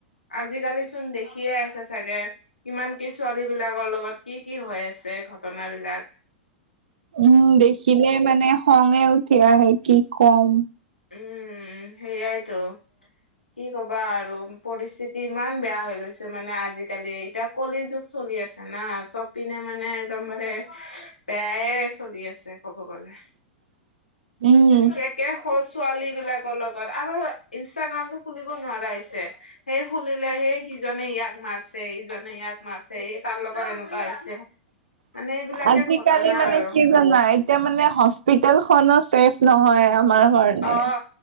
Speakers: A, on the left; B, on the right.
A: আজিকালি চোন দেখিয়ে আছে চাগে কিমান কি ছোৱালী বিলাক। লগত কি কি হৈ আছে ঘটন বিলাক।
B: উম দেখিলে মানে খঙে উঠি আহে কি কম।
A: উম সেয়াই তো। কি কবা আৰু পৰিস্থিতি ইমান বেয়া হৈ গৈছে মানে আজিকালি এতিয়া। কলি যুগ চলি আছে না চপিনে মানে একদম মানে। বেয়াই চলি আছে ক'ব গ'লে।
B: <inaudible> উম,
A: বিশেষকে। সৰু ছোৱালী বিলাকৰ লগত আৰু ইনষ্টাগ্ৰাম টো খুলিব নোৱাৰা হৈছে। সেই শুনিলে সেই সিজনে ইয়াক মাৰছে ইজনে ইয়াক মাৰিছে এই তাৰ লগত এনেকুৱা হৈছে,
B: <inaudible>
A: মানে এইবিলাকে
B: আজিকালি
A: ঘটনা
B: মানে
A: আৰু
B: কি জানা এতিয়া মানে হস্পিতালখনো ছেফ নহয়। আমাৰ কাৰণে।
A: অ